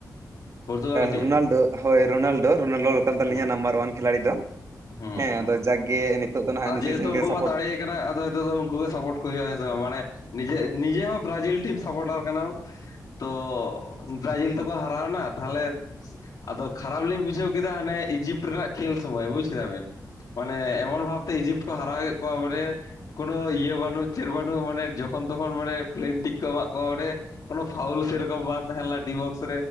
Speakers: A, on the left; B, on the right.
A: ᱯᱚᱨᱛᱩᱜᱟᱞ ᱴᱤᱢ
B: ᱨᱳᱱᱟᱞᱰᱳ ᱦᱳᱭ ᱨᱳᱱᱟᱞᱰᱳ ᱨᱳᱱᱟᱞᱰᱳ ᱞᱮᱠᱟᱱ ᱛᱟᱹᱞᱤᱧᱟᱹ
A: ᱦᱩᱸ
B: ᱱᱟᱢᱵᱟᱨ ᱚᱣᱟᱱ ᱠᱷᱤᱞᱟᱲᱤ ᱫᱚ-
A: ᱦᱩᱸ
B: ᱦᱮᱸ
A: ᱦᱩᱸ
B: ᱟᱫᱚ ᱡᱟᱠᱜᱮ ᱱᱤᱛᱚᱜ ᱫᱚ ᱱᱟᱦᱟᱜ
A: ᱟᱨ
B: ᱢᱤᱥᱤ
A: ᱡᱮᱦᱮᱛᱩ
B: ᱥᱮᱱ ᱜᱮ
A: ᱩᱱᱠᱩ
B: ᱥᱟᱯᱳᱨᱴ-
A: ᱠᱚ ᱫᱟᱲᱮᱭ ᱟᱫᱚ ᱱᱤᱛᱚᱜ ᱫᱚ ᱩᱱᱠᱩ ᱜᱮ ᱥᱟᱯᱚᱴ ᱠᱚ ᱦᱩᱭᱩᱜ-ᱟ ᱦᱮᱸᱥᱮ ᱵᱟᱝ ᱢᱟᱱᱮ
B: ᱦᱮᱸ
A: ᱱᱤᱡᱮ ᱱᱤᱡᱮ ᱦᱚᱸ ᱵᱨᱟᱡᱤᱞ ᱴᱤᱢ ᱥᱟᱯᱚᱴᱟᱨ ᱠᱟᱱᱟᱢ ᱛᱚ-
B: ᱟᱪᱪᱷᱟ
A: ᱵᱨᱟᱡᱤᱞ
B: ᱟᱪᱪᱷᱟ
A: ᱛᱚ ᱠᱚ ᱦᱟᱨᱟᱣᱱᱟ ᱛᱟᱦᱚᱞᱮ- ᱟᱫᱚ ᱠᱷᱟᱨᱟᱯ ᱞᱤᱧ ᱵᱩᱡᱷᱟᱹᱣ ᱠᱮᱫᱟ ᱦᱟᱱᱮ ᱤᱡᱤᱯᱴ ᱨᱮᱱᱟᱜ ᱠᱷᱮᱞ ᱥᱚᱢᱚᱭ ᱵᱩᱡ ᱠᱮᱫᱟ ᱵᱤᱱ᱾ ᱢᱟᱱᱮ ᱮᱢᱚᱱ ᱵᱷᱟᱵᱛᱮ ᱤᱡᱤᱯᱴ ᱠᱚ ᱦᱟᱨᱟᱣ ᱠᱮᱫ ᱠᱚᱣᱟ ᱢᱟᱱᱮ- ᱠᱳᱱᱳ ᱤᱭᱟᱹ ᱵᱟᱹᱱᱩᱜ ᱪᱮᱫ ᱵᱟᱱᱩᱜ ᱢᱟᱱᱮ ᱡᱚᱠᱷᱚᱱ ᱛᱚᱠᱷᱚᱱ ᱢᱟᱱᱮ ᱯᱮᱞᱮᱱᱴᱤᱠ ᱠᱚ ᱮᱢᱟᱜ ᱠᱚᱣᱟ ᱢᱟᱱᱮ- ᱠᱚᱱᱚ ᱯᱷᱟᱩᱞ ᱥᱮ ᱨᱚᱠᱚᱢ ᱵᱟᱝ ᱛᱟᱦᱮᱸ ᱞᱮᱱᱟ ᱰᱤ ᱵᱚᱠᱥ